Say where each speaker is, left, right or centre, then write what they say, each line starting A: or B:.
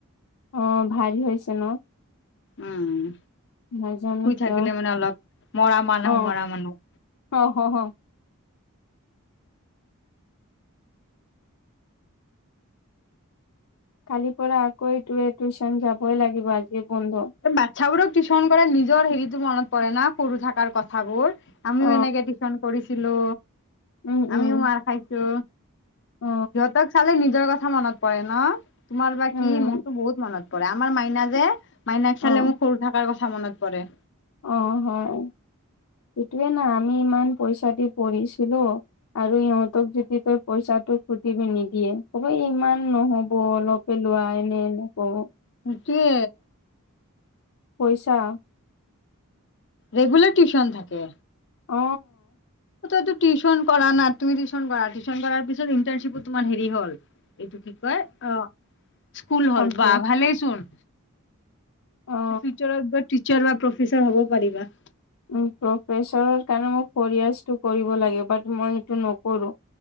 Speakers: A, on the left (about 80°); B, on the left (about 55°).
A: অ ভাল হৈছে ন।
B: উম
A: নাজানো
B: শুই থাকিলে
A: কিয়
B: মানে অলপ, মৰা মানুহ
A: অ
B: মৰা মানুহ।
A: অ হ হ। কালিৰ পৰা আকৌ এইটোৱে টিউচন যাবই লাগিব আজি বন্ধ।
B: বাচ্ছা বোৰক টিউচন কৰে নিজৰ হেৰিতো মনত পৰে না সৰু থাকাৰ কথাবোৰ। আমিও
A: অ
B: এনেকে টিউশ্যন কৰিছিলো
A: উম
B: আমিও
A: উম
B: মাৰ খাইছো।
A: অ
B: সিহঁতক চালে নিজৰ কথা মনত পৰে ন তোমাৰ বা
A: উম
B: কি মোৰতো বহুত মনত। আমাৰ মাইনা যে মাইনাক
A: অ
B: চালে মোক সৰু থাকাৰ কথা মনত পৰে।
A: অ হয় সেইটোৱে ন আমি ইমান পইচা দি পঢ়িছিলোঁ। আৰু ইহঁতক যদি তই পইচাটো সুধিবি নিদিয়ে কব ইমান নহব অলপে লোৱা এনে এনে কব।
B: সেইটোৱে।
A: পইচা।
B: ৰেগুলাৰ টিউশ্যন থাকে।
A: অ
B: তই টো টিউশ্যন কৰা না তুমি টিউশ্যন কৰা টিউশ্যন কৰাৰ পিছত ইণ্টাৰ্নশিপো তোমাৰ হেৰি হল এইটো কি ক <unintelligible> অ স্কুল
A: কমপ্লে
B: হল বা ভালেই চোন।
A: অ
B: ফিউচাৰত গৈ <unintelligible> বা প্ৰফেছাৰ হব পাৰিবা।
A: উ প্ৰফেচৰৰ কাৰণে ফৰিয়ছটো কৰিব লাগে বাট মই এইটো নকৰো